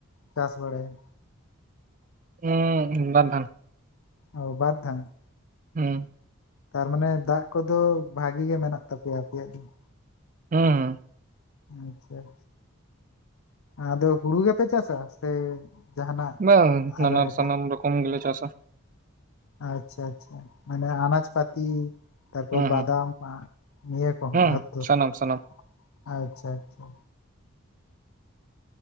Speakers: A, on the left; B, on the right.
A: ᱪᱟᱥ ᱵᱟᱲᱟᱭᱟ ᱾
B: ᱚ ᱵᱟᱨ ᱫᱷᱟᱱ
A: ᱚ ᱵᱟᱨ ᱫᱷᱟ
B: ᱦᱮᱸ
A: ᱛᱟᱨᱢᱟᱱᱮ ᱫᱟᱜ ᱠᱚᱫᱚ ᱵᱷᱟᱜᱤ ᱜᱮ ᱢᱮᱱᱟᱜ ᱛᱟᱯᱮᱭᱟ ᱟᱯᱮᱭᱟᱜ ᱫᱚ ᱾
B: ᱦᱮᱸ ᱦᱮᱸ
A: ᱟᱪᱪᱷᱟ ᱟᱪᱪᱷᱟ, ᱟᱫᱚ ᱦᱩᱲᱩ ᱜᱮᱯᱮ ᱪᱟᱥᱟ ᱥᱮ, ᱡᱟᱦᱟᱱᱟᱜ
B: ᱵᱟᱝ
A: ᱟᱨᱚ
B: ᱱᱟᱱᱟ
A: ᱮᱴᱟᱜ
B: ᱥᱟᱱᱟᱢ ᱨᱚᱠᱚᱢ ᱜᱮ ᱪᱟᱥᱟ ᱾
A: ᱟᱪᱪᱷᱟ ᱟᱪᱪᱷᱟ, ᱢᱟᱱᱮ ᱟᱱᱟᱡ ᱯᱟᱛᱤ ᱾ ᱛᱟᱨᱯᱚᱨ
B: ᱦᱩᱸ
A: ᱵᱟᱫᱟᱢ
B: ᱦᱩᱸ
A: ᱱᱤᱭᱟᱹ ᱠᱚᱦᱚᱸ
B: ᱦᱩᱸ
A: ᱡᱷᱚᱛᱚ
B: ᱥᱟᱱᱟᱢ ᱥᱟᱱᱟᱢ
A: ᱾ ᱟᱪᱪᱷᱟ ᱟᱪᱪᱷᱟ,